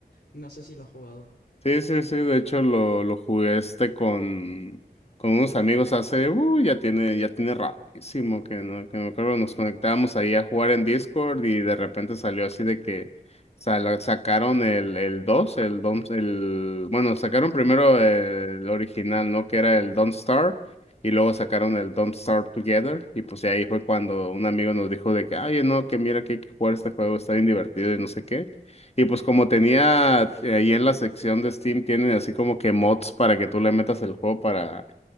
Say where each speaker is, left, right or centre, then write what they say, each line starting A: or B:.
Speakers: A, on the left; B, on the left.
A: No sé si lo has jugado.
B: Sí, sí, sí, de hecho lo, lo jugué este con, con unos amigos hace, uh, ya tiene, ya tiene rapidísimo, que no, que me acuerdo, nos conectábamos ahí a jugar en Discord y de repente salió así de que sal- sacaron el, el 2 el Don, el, bueno, sacaron primero el original, ¿no? Que era el Don't Starve y luego sacaron el Don't Starve Together y pues ahí fue cuando un amigo nos dijo de que, oye, no, que mira que hay que jugar este juego, está bien divertido y no sé qué. Y pues como tenía eh, ahí en la sección de Steam, tienen así como que mods para que tú le metas el juego para,